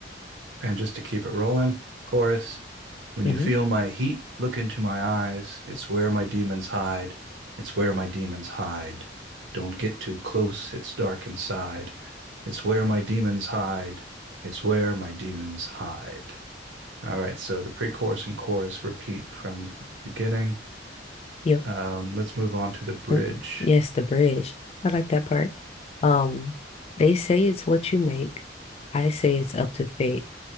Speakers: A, on the right; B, on the left.
A: And just to keep it rolling, chorus. When
B: hmm
A: you feel my heat, look into my eyes. It's where my demons hide. It's where my demons hide. Don't get too close, it's dark inside. It's where my demons hide. It's where my demons hide. All right, so the pre chorus and chorus repeat from the beginning.
B: Yep.
A: Um, let's move on to the bridge.
B: And Yes, the bridge. I like that part. Um, they say it's what you make. I say it's up to fate.